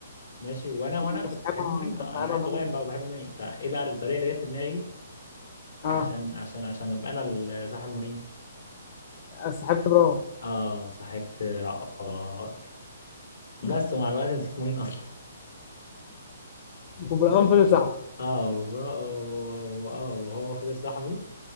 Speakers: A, on the left; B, on the left.
A: ماشي وأنا وأنا
B: بسحبها
A: كنت بحب مورين أه
B: بسحبها
A: أنا عيل
B: لهم
A: صغير بقى وبحب مورين فإيه بقى الطريقة اللي جت في دماغي
B: اه
A: عشان عشان عشان أبقى أنا ال- <hesitation> صاحب مورين
B: سحبت برام
A: أه صاحبت رأفت بس
B: <laughs>
A: ومع الوقت نسيت مورين أصلا <laughs>
B: وبرام
A: بس
B: فضل صاحبك
A: اه وبرا- و- و- و- اه وهو فضل صاحبي